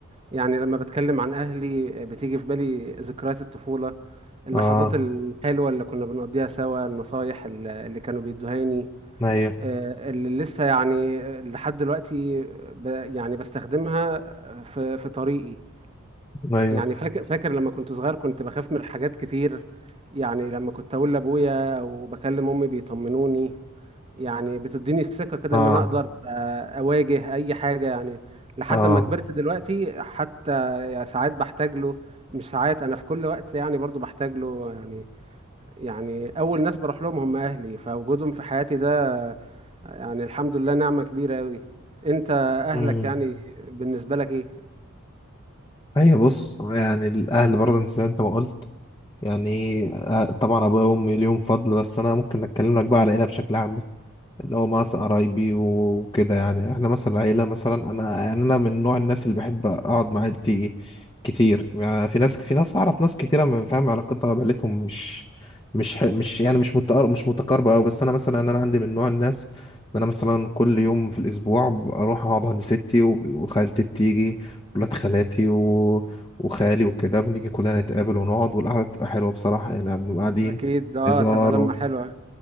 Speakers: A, on the right; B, on the left.
A: يعني لما بتكلم عن اهلي آه، بتيجي في بالي ذكريات الطفوله اللحظات
B: اه
A: الحلوه اللي كنا بنقضيها سوا النصايح ال- اللي كانوا بيدوهاني
B: ايوه
A: آه، اللي لسه يعني آه، لحد دلوقتي ب... يعني بستخدمها آه، في في طريقي
B: ايوه
A: يعني فاكر فاكر لما كنت صغير كنت بخاف من حاجات كتير يعني لما كنت اقول لابويا او بكلم امي بيطمنوني يعني بتديني الثقة كده
B: اه
A: ان انا اقدر آه، اواجه اي حاجة يعني لحد
B: اه
A: ما كبرت دلوقتي حتى ساعات بحتاج له مش ساعات انا في كل وقت يعني برضو بحتاج له يعني يعني اول ناس بروح لهم هم اهلي فوجودهم في حياتي ده يعني الحمد لله نعمة كبيرة قوي انت اهلك
B: امم
A: يعني بالنسبة لك ايه
B: ايوه بص يعني الاهل برضه انت زي انت ما قلت يعني آه، طبعا ابويا وامي ليهم فضل بس انا ممكن اتكلم لك بقى على العيله بشكل عام اللي هو مع قرايبي وكده يعني احنا مثلا عيلة مثلا انا يعني انا من نوع الناس اللي بحب اقعد مع عيلتي كتير يعني في ناس في ناس اعرف ناس كتيرة من فاهم علاقتها بعيلتهم مش مش ح- مش يعني مش متقر مش متقاربة أوي بس انا مثلا انا عندي من نوع الناس ان انا مثلا كل يوم في الاسبوع اروح اقعد عند ستي وب- وخالتي بتيجي ولاد خالاتي و... وخالي وكده بنيجي كلنا نتقابل ونقعد والقعدة بتبقى حلوة بصراحة يعني بنبقى قاعدين
A: اكيد اه
B: هزار
A: تبقى لمة
B: و-
A: حلوة